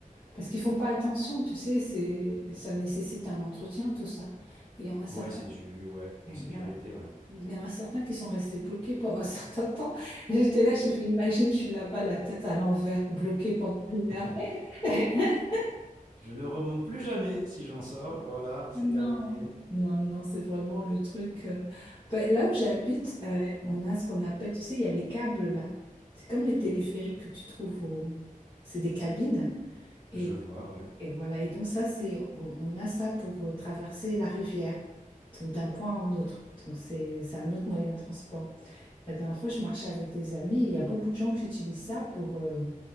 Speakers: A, on the left; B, on the right.
A: parce qu'ils font pas attention, tu sais, c'est ça nécessite un entretien tout ça. Et il y en a certains,
B: Ouais, c'est du, ouais,
A: il
B: en sécurité,
A: y en a,
B: ouais.
A: il y en a certains qui sont restés bloqués pendant <laughs> un certain temps. Et j'étais là, j'ai fait, imagine, je suis là-bas, la tête à l'envers, bloquée pendant une
B: <laughs>
A: heure. <laughs>
B: Je ne remonte plus jamais si j'en sors. Voilà, c'est
A: Ah Non.
B: terminé.
A: Non, non, c'est vraiment le truc. euh, ben, là où j'habite, euh, on a ce qu'on appelle, tu sais, il y a les câbles là. C'est comme les téléphériques que tu trouves au- C'est des cabines. Et
B: Je vois, ouais.
A: Et voilà, et donc ça, c'est, on, on a ça pour euh, traverser la rivière, donc d'un point à un autre. Donc c'est, c'est un autre moyen de transport. La dernière fois, je marchais avec des amis et il y a beaucoup de gens qui utilisent ça pour, euh,